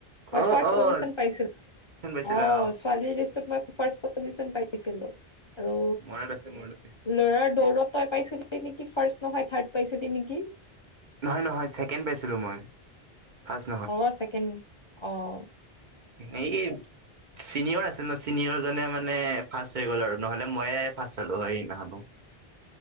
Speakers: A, on the left; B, on the right.
A: মই
B: অ'
A: ফাৰ্ষ্ট
B: অ'
A: পজিছন পাইছিলো,
B: পাইছিলা
A: অহ
B: অ'।
A: ছোৱালীৰ লিষ্টত মই ফাৰ্ষ্ট পজিচন পাইছিলো আৰু
B: মনত আছে মনত আছে
A: ল'ৰাৰ দৌৰত তই পাইছিলি কি ফাৰ্ষ্ট নহয় থাৰ্ড পাইছিলি নেকি?
B: নহয় নহয় ছেকেণ্ড পাইছিলো মই ফাৰ্ষ্ট
A: অহ ছেকেণ্ড অহ
B: হেৰি চিনিয়ৰ আছিল ন চিনিয়ৰজনে মানে ৰ্ফাষ্ট হৈ গ'ল আৰু নহ'লে মইয়ে ৰ্ফাষ্ট হ'লো হয় সেইদিনা খনো